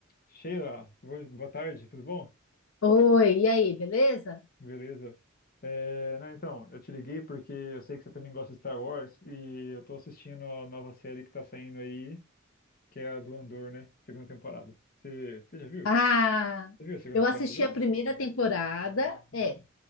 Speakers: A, on the left; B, on the left.
A: Sheila, bo- boa tarde, tudo bom?
B: Oi, e aí, beleza?
A: Beleza. É, não, então, eu te liguei porque eu sei que você também gosta de Star Wars e eu tô assistindo a nova série que tá saindo aí, que é a do Andor, né? Segunda temporada. Você, você já viu?
B: Ah,
A: Você viu a segunda
B: eu
A: temporada
B: assisti
A: já?
B: a primeira temporada.
A: Uhum.
B: É,